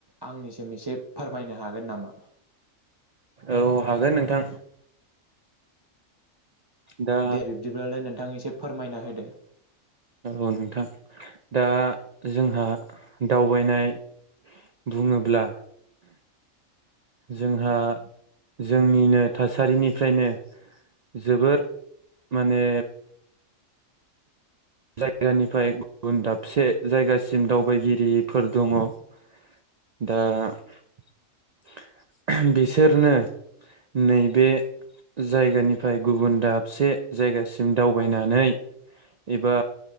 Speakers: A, on the right (about 25°); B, on the right (about 85°).
A: आंनिसिम एसे फोरमायनो हागोन नामा
B: औ हागोन नोंथां दा
A: दे बिब्दिब्लालाय नोंथां एसे फोरमायना होदो
B: औ नोंथां दा जोंहा दावबायनाय बुङोब्ला जोंहा जोंनिनो थासारिनिफ्रायनो जोबोर माने <inaudible> एबा